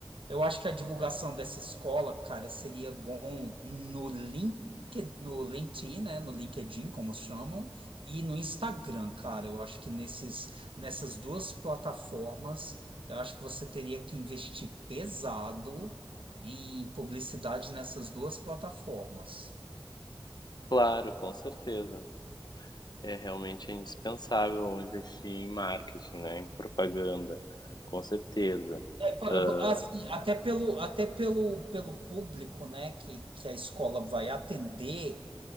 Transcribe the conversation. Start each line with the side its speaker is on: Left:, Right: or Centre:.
Right: Eu acho que a divulgação dessa escola, cara, seria bom no link, no LinkedIn, né? No LinkedIn, como chamam, e no Instagram, cara. Eu acho que nesses, nessas duas plataformas, eu acho que você teria que investir pesado em publicidade nessas duas plataformas.
Left: Claro, com certeza. É realmente indispensável investir em marketing, né? Em propaganda, com certeza.
Right: É, pa-
Left: Ah,
Right: pa- assim, até pelo, até pelo, pelo público, né, que, que a escola vai atender,